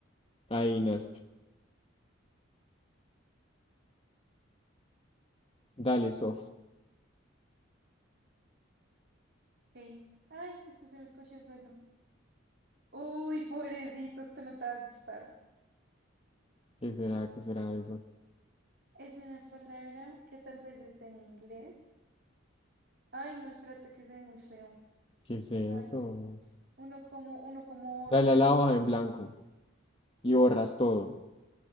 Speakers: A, on the left; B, on the right.
A: ahí naste. Dale, Sof.
B: Ok. Ay, esto se me escuchó solo. Uy, pobrecito, esto no te va a gustar.
A: ¿Qué será? ¿Qué será eso?
B: Es una palabra que tal vez esté en inglés. Ay, no, espérate que se ve muy feo.
A: ¿Qué es eso?
B: Ay, no. Uno como, uno como borra.
A: Dale a la hoja en blanco y borras todo.